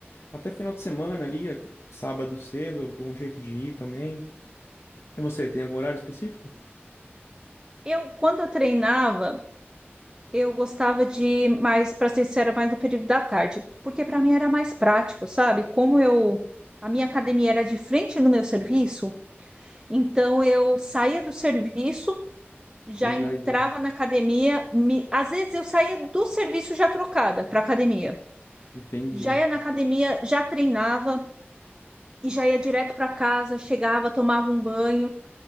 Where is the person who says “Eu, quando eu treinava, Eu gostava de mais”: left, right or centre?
Right